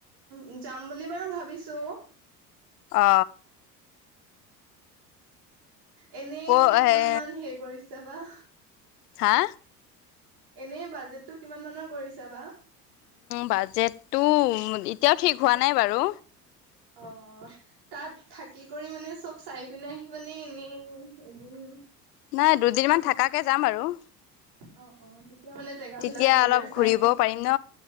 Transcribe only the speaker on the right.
উ যাম বুলি বাৰু ভাবিছো
এনেই
কিমান
মান হেৰি কৰিছা বা
এনেই বাজেটো কিমান মানৰ কৰিছা বা
অ তাত থাকি কৰি মানে চব চাই পিনে আহি মানে এনেই এদিন
দিন
অ অ তেতিয়া মানে জেগা
বিলাক ভালদৰে
চাই